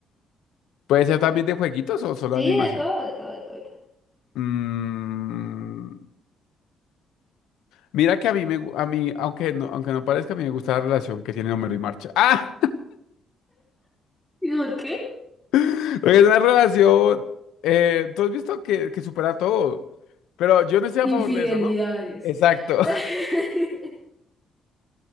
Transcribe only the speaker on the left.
¿Puede ser también de jueguitos o solo
de animación?
Mm, Mira que a mí me, gu- a mí, aunque no, aunque no parezca, a mí me gusta la relación que tienen Homero y Marcha. ¡Ah!
<laughs> Porque es una relación, eh, tú has visto que, que supera todo, pero yo no estoy
a favor de eso, ¿no? Exacto. <laughs>